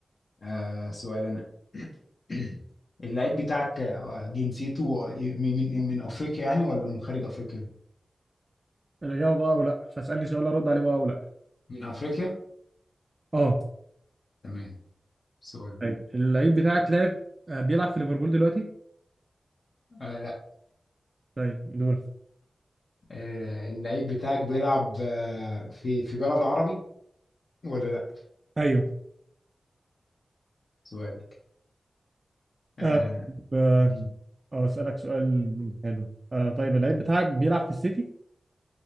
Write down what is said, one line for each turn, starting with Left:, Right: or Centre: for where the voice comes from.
Left: آه سؤال انا <clears throat> اللعيب بتاعك آه، جنسيته من من من افريقيا يعني ولا من خارج افريقيا؟
Right: اجاوب اه او لا فاسالني سؤال ارد عليه بقى او لا
Left: من افريقيا؟
Right: اه
Left: تمام سؤال
Right: طيب اللعيب بتاعك لعب آه بيلعب في ليفربول دلوقتي
Left: آه لا
Right: طيب دور
Left: آه اللعيب بتاعك بيلعب آه في في بلد عربي ولا لا؟
Right: ايوه
Left: سؤالك اه
Right: آه آه
Left: مم.
Right: آه، اسالك سؤال حلو آه طيب اللعيب بتاعك بيلعب في السيتي